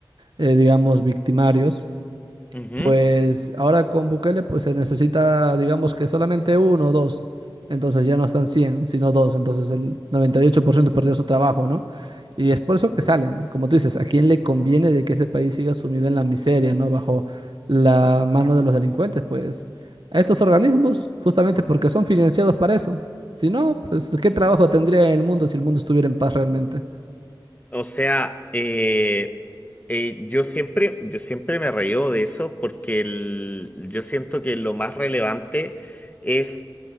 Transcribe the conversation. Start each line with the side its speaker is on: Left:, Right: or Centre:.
Right: eh, digamos, victimarios.
Left: Ujú.
Right: Pues ahora con Bukele pues se necesita, digamos que solamente uno o dos. Entonces ya no están 100 sino dos. Entonces el 98% perdió su trabajo, ¿no? Y es por eso que salen. Como tú dices, ¿a quién le conviene de que ese país siga sumido en la miseria, ¿no? Bajo la mano de los delincuentes, pues a estos organismos, justamente porque son financiados para eso. Si no, pues ¿qué trabajo tendría el mundo si el mundo estuviera en paz realmente?
Left: O sea, eh, eh, yo siempre, yo siempre me reío de eso porque el- yo siento que lo más relevante es,